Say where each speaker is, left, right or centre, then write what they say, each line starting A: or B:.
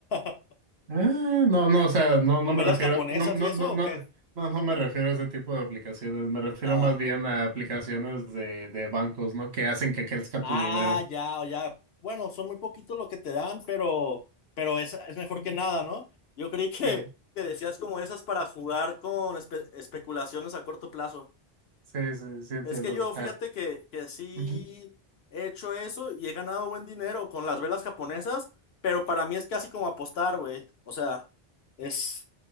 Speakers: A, on the left; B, on the right.
A: <laughs>
B: ah, no, no, o sea, no,
A: con
B: no me
A: velas
B: refiero,
A: japonesas
B: no, no,
A: y eso
B: no, no,
A: o qué?
B: no, no me refiero a ese tipo de aplicaciones, me refiero
A: Ah.
B: más bien a aplicaciones de, de bancos, ¿no? Que hacen que crezca
A: Ah,
B: tu dinero.
A: ya, o ya. Bueno, son muy poquitos lo que te dan, pero, pero es, es mejor que nada, ¿no? Yo creí que,
B: Sí,
A: que decías como esas para jugar con espe- especulaciones a corto plazo.
B: sí, sí, sí entiendo.
A: Es que yo, fíjate que, que sí
B: <laughs>
A: he hecho eso y he ganado buen dinero con las velas japonesas, pero para mí es casi como apostar, güey. O sea, es,